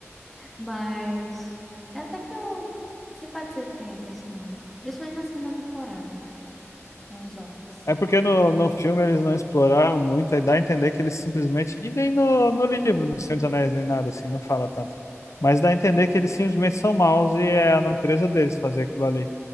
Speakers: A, in the centre; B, on the left.
A: Mas é até que eu simpatizei com eles, não. Principalmente na segunda temporada, com os orcs.
B: É porque no, no filme eles não exploraram muito, aí dá a entender que eles simplesmente. E nem no, no livro, no Senhor dos Anéis, nem nada assim, não fala tanto. Mas dá a entender que eles simplesmente são maus e é a natureza deles fazer aquilo ali.